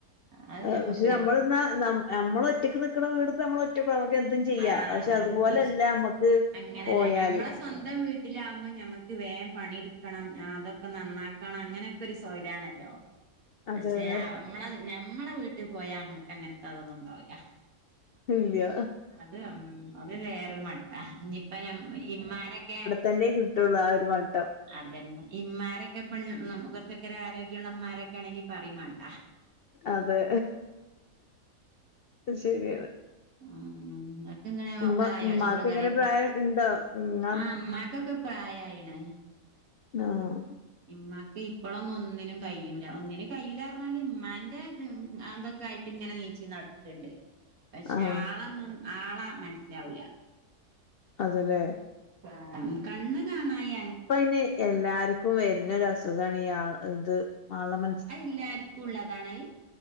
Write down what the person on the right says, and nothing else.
അത്
ഞമ്മക്കൊരു
ആഹ്
അത്
ഫസ്
അങ്ങനല്ല
ഞമ്മളെ സ്വന്തം വീട്ടിലാകുമ്പോൾ ഞമ്മക്ക് വേം പണിട്ക്കണം അതൊക്കെ നന്നാക്കണം അങ്ങനെ ഒരു സൊഹലാണല്ലോ
പക്ഷെ
നമ്മള ഞമ്മളെ വീട്ട് പോയാ നമ്മക്ക് അങ്ങൻത്തെ അതൊന്നും ഉണ്ടാവില്ല.
അത് ഉം അത് വേറൊരു മട്ട ഇഞ്ഞിപ്പ ഞം ഇമ്മാരക്കെ
അതന്നെ ഇമ്മാരക്കെ ഇപ്പഞ്ഞ് ന്നം കൊർച്ചക്കെരു ആരോഗ്യള്ള മ്മാരക്കെ ആണെങ്കിൽ പറിം മാണ്ട.
ഉം ഇങ്ങക്ക് ഇങ്ങനെ
ഒക്കെ ആയോ
ചോറും
കറി?
ആഹ് ഇമ്മാക്കൊക്കെ പ്രായായിണ്.
ഇമ്മാക്ക് ഇപ്പളൊന്നും ഒന്നിനും കയ്യൂല ഒന്നിനും കയ്യൂലർഞ്ഞാല് ഇമ്മാന്റെ ത് അതൊക്കെ ആയിട്ട് ഇങ്ങനെ നീച്ചി നട്ക്ക്ണ്ട്. പക്ഷെ
ആളന്നും ആളാ മനസ്സിലാവുല.
<unintelligible> കണ്ണ് കാണായ
അഹ് എല്ലാർക്കും ഉള്ളതാണഹ്?